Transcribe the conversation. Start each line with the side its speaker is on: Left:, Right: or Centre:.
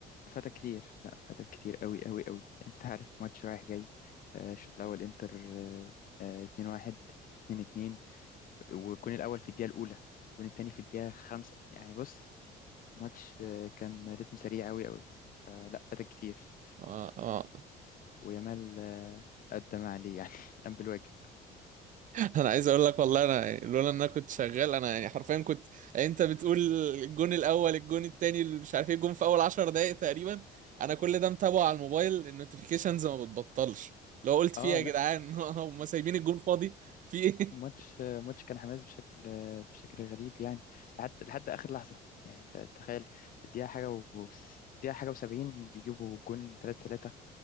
Left: فاتك كتير لا فاتك كتير قوي قوي قوي <laughs> انت عارف ماتش رايح جاي آه، الشوط الاول انتر آه، آه، 2-1 2-2 والجون الاول في الدقيقه الاولى والجون التاني في الدقيقه خمسة يعني بص ماتش آه، كان رتم سريع قوي قوي آه، لا فاتك كتير
Right: آه، آه.
Left: ويامال آه، قدم عليه يعني <laughs> قام بالواجب
Right: انا عايز اقول لك والله انا يعني لولا ان انا كنت شغال انا يعني حرفيا كنت يعني انت بتقول الجون الاول الجون التاني اللي مش عارف ايه الجون في اول 10 دقائق تقريبا انا كل ده متابعه على الموبايل النوتيفيكيشنز ما بتبطلش لو قلت فيها
Left: اه
Right: يا
Left: لا
Right: جدعان <laughs> هم سايبين الجون فاضي في ايه
Left: ماتش آه، ماتش كان حماس بشكل آه، بشكل غريب يعني لحد لحد اخر لحظه يعني ت- تخيل الدقيقه حاجه و دقيقه حاجه و70 بيجيبوا جون 3 3